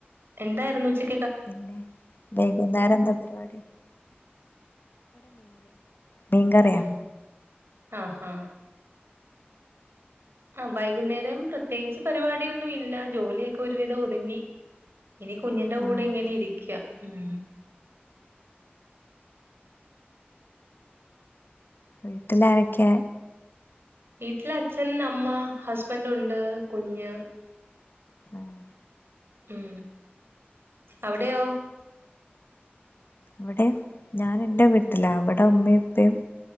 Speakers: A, on the right (about 70°); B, on the left (about 60°).
A: എന്തായിരുന്നുച്ചക്ക്
B: പിന്നെ വൈകുന്നേരം എന്താ പരിപാടി? മീങ്കറിയോ
A: ഉം ആഹ് ആഹ് ആ വൈകുന്നേരം പ്രത്യേകിച്ച് പരിപാടിയൊന്നും ഇല്ല ജോലിയൊക്കെ ഒരുവിധം ഒതുങ്ങി. ഇനി കുഞ്ഞിന്റെ കൂടെ
B: ആഹ്
A: ഇങ്ങനെ ഇരിക്കാ. ഉം
B: വീട്ട്ലാരൊക്കെയാ?
A: വീട്ടില് അച്ഛൻ, അമ്മ, ഹസ്ബന്റുണ്ട്, കുഞ്ഞ്.
B: ആഹ്
A: ഉം അവിടെയോ?
B: ഇവിടേം ഞാൻ ഇന്റെ വീട്ടിലാ ഇവിടെ ഉമ്മേം ഇപ്പേം